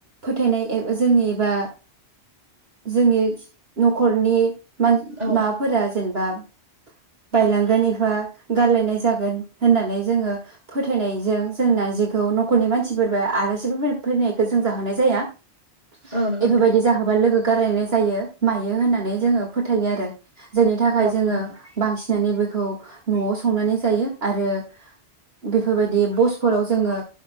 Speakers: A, on the right (about 65°); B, on the right (about 40°).
A: फोथायनाया ए जोंनि एबा जोंनि न'खरनि मान
B: औ
A: माबाफोरा जेनेबा बायलांगोन निफा गारलायनाय जागोन होननानै जोङो फोथायनायजों जों नारजिखौ नखरनि मानसिफोरबो आलासिबो फैनायखौ जों जाहोनाय जाया ।
B: नंगौ नोंथां औ नंगौ
A: इफोरबायदि
B: नोंथां
A: जाहोबा लोगो गारलायनाय जायो मायो होननानै जोङो फोथायो आरो । जायनि थाखाय
B: औ नंगौ
A: जोङो
B: नोंथां
A: बांसिनानो बेखौ न'आव स संनानै जायो आरो बेफोरबायदि बसफोराव जोङो